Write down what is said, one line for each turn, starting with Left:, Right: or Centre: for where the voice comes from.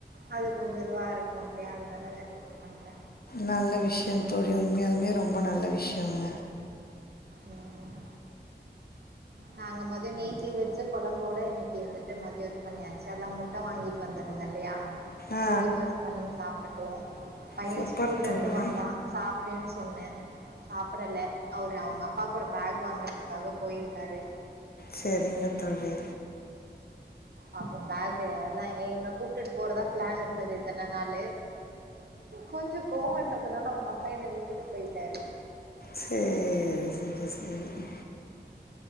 Right: அது கொஞ்சோ இதுவா இருக்கு இல்லியா அதனால அத த பண்ல
Left: நல்ல விஷ்யந் தோழி உண்மையாலுமே ரொம்ப நல்ல விஷ்யங்க
Right: ம் நாங்க மதியோ நேத்தி வெச்ச கொழம்போட இன்னிக்கி வந்துட்டு மதியோ இது பண்ணியாச்சு அதா முட்ட வாங்கிட்டு வந்திருந்த இல்லையா
Left: ஆ
Right: பொடிமாஸ் பண்ணி சாப்டுட்டோ பைய
Left: சூப்பர்
Right: ஸ்கூல்லருந்து
Left: தோழி
Right: வந்தா சாப்டுன் சொன்னே சாப்படல அவுரு அவுங்கப் பா கூட பேக் வாங்கறதுக்காக போயிருக்காரு
Left: செரிங்க தோழி
Right: அப்போ பேக்கு அதா எ என்ன கூப்டுட்டு போறதா பிளான் இருந்தது இத்தன நாளு கொஞ்சோ கோவ அதுனால அவுங்க அப்பா என்ன விட்டுட்டு போயிட்டாரு
Left: சேரி சேரி சேரி